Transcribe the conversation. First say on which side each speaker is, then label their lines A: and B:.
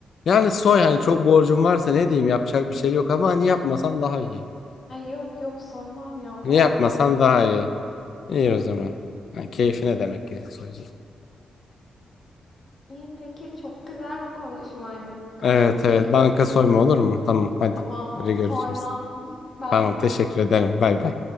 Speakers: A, on the left; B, on the left.
A: Yani soy hani çok borcum varsa ne diyeyim yapacak bir şey yok ama hani yapmasan daha iyi.
B: Ay yok yok soymam ya o kadar
A: Ne yapmasan
B: borcum
A: daha
B: yok.
A: iyi. İyi o zaman. Yani keyfine demek ki soyacağım.
B: İyi peki çok güzel bir konuşmaydı Burkay.
A: Evet
B: Teşekkür
A: evet banka
B: ederim.
A: soyma olur mu? Tamam hadi.
B: Tamam o-
A: Hadi
B: soymam.
A: görüşürüz.
B: Bay
A: Tamam
B: bay.
A: teşekkür ederim. Bay bay.